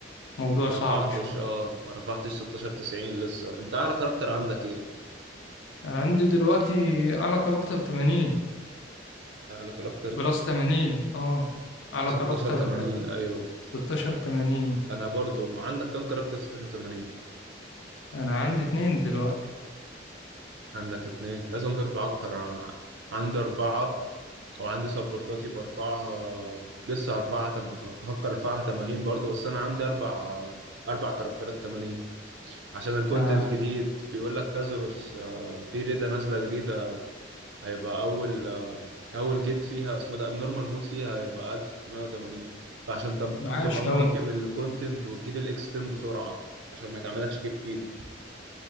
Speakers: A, on the left; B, on the right.
A: وموضوع
B: ما
A: صعب
B: رفعتش
A: شوية
B: اه ما رفعتش 16 90 لسه انت اعلى كاركتر عندك ايه
A: عندي دلوقتي على كاركتر 80
B: اعلى كاركتر
A: بلس 80 اه على
B: 16
A: كاركتر
B: 80
A: 16
B: ايوه
A: 80
B: انا برضو ما عندك كام كاركتر 16 80
A: انا عندي اتنين دلوقتي
B: عندك اتنين لازم ترفع اكتر أنا عندي اربعة او عندي سبورتاتي برفعها لسه هرفعها طب بف- بفكر ارفعها 80 برضو بس انا عندي اربع اربع كاركترات 80 عشان الكونتنت
A: آه
B: جديد بيقول لك كازاروس آه، في ريدة نازلة جديدة هيبقى اول آه، اول جيت فيها اسمه ده النورمال مود فيها هيبقى 1680 فعشان تم-
A: عاش
B: تبقى مواكب
A: اوي
B: الكونتنت وتجيب الاكس 10 بسرعه عشان ما يتعملكش جيت كيب